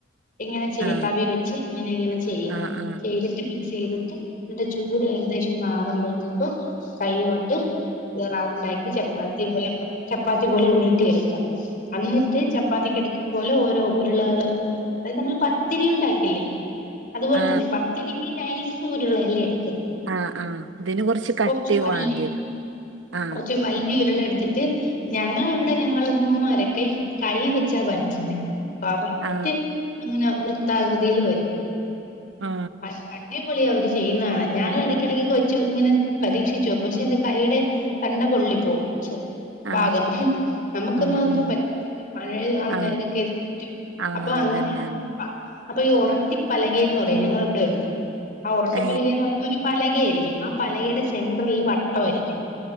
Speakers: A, on the left; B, on the right.
A: ഇങ്ങനെ ചെയ്യ
B: ആ!
A: തവി വെച്ച് ഇങ്ങനെ ഇങ്ങനെ ചെയ്യ
B: ആ! ആ!
A: ചെയ്തിട്ട് മിക്സ് ചെയ്തിട്ട് ട്ട് ചൂട് ഏകദേശം മാറുമ്പോഴത്തെ <inaudible> കൈ കൊണ്ട് റൗണ്ട് ആക്കി ചപ്പാത്തി പോലെ പ ചപ്പാത്തി പോലെ ഉരുട്ടി എടുക്കാം അന്നിട്ട് ചപ്പാത്തിക്ക് എടുക്കും പോലെ ഓരോ ഉരുളകള് അതായത് നമ്മള് പത്തിരി ഉണ്ടാക്കില്ലേ അതുപോലെ
B: ആ!
A: തന്നെ പത്തിരിക്ക് നൈ സൂര്യൊള്ള എല്ലെടി
B: ആ ആ ഇതന് കുറച്ച് കട്ടി
A: കുറച്ച് വലിയ
B: വേണ്ടിവരും. ആ!
A: കുറച്ച് വലിയ ഉരുള എടു ന്നിട്ട് <unintelligible> ഞങ്ങളെ ഇവിടെ ഞങ്ങളെ ഉമ്മുമ്മാരെ ക്കെ കൈ വെച്ചാ പരത്തുന്നേ കറക്റ്റ്
B: ആ
A: ഇങ്ങനെ വൃ ത്താകൃതിയിൽ വരും
B: ആ
A: അ അടിപൊളിയാ അവര് ചെയ്യുന്നകാണാൻ ഞാനും ഇടയ്ക്കിടയ്ക്കൊക്കെ വെച്ചു ഇങ്ങനെ പരീക്ഷിച്ചു നോക്കും പക്ഷെ എന്റെ കൈയ്യുടെ തണ്ട പൊള്ളി പോകും
B: ആ
A: പാകം നമുക്കൊന്നും
B: ഉം,
A: അതൊന്നും
B: ഉം.
A: പറ്റത്തില്ല പഴയ ആൾക്കാർക്കൊക്കെ
B: ആ
A: ഇത് പറ്റും
B: ആ
A: അപ്പൊ അങ്ങനെയ
B: അതന്നാണ്.
A: പാ അപ്പൊ ഈ ഒറട്ടിപ്പലകെ എന്ന് പറയും ഞങ്ങളെ ഇവിടെ ഉണ്ട് ആ ഒറട്ടിപ്പലകേന്ന്
B: ഏ
A: പറയുമ്പോ ഒരു പലക ആയിരി ആ പലകേടെ സെൻട്രലില് വട്ടം ആയിരിക്കും